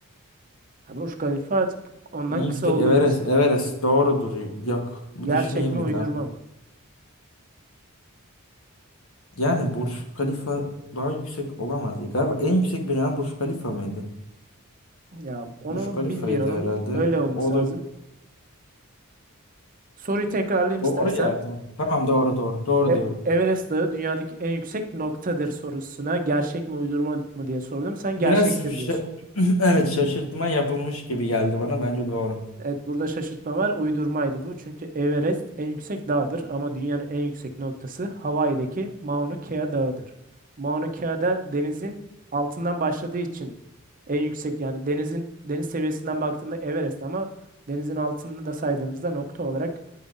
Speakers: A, on the right (about 40°); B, on the left (about 65°).
A: Ya Burj Khalifa ondan
B: En
A: kısa
B: yüksek
A: olduğunu
B: Everest.
A: söylüyor.
B: Everest doğrudur. Yok. Bir
A: Gerçek
B: düşüneyim
A: mi, uydurma
B: bir daha.
A: mı?
B: Yani Burj Khalifa daha yüksek olamaz. Galiba en yüksek bina Burj Khalifa mıydı?
A: Ya onu
B: Burj Khalifa'ydı
A: bilmiyorum.
B: herhalde.
A: Öyle olması
B: O
A: lazım.
B: da
A: Soruyu tekrarlayayım
B: doğru
A: istersen.
B: ya. Tamam, Tamam, doğru doğru. Doğru
A: E-
B: diyorum.
A: Everest Dağı dünyadaki en yüksek noktadır sorusuna gerçek mi, uydurma mı diye sordum. Sen
B: Biraz
A: gerçektir
B: şa-
A: diyorsun.
B: <clears throat> evet şaşırtma yapılmış gibi geldi bana. Bence doğru.
A: Evet burada şaşırtma var. Uydurmaydı bu. Çünkü Everest en yüksek dağdır ama dünyanın en yüksek noktası Hawaii'deki Mauna Kea Dağı'dır. Mauna Kea'da denizin altından başladığı için en yüksek yani denizin deniz seviyesinden baktığında Everest ama denizin altını da saydığımızda nokta olarak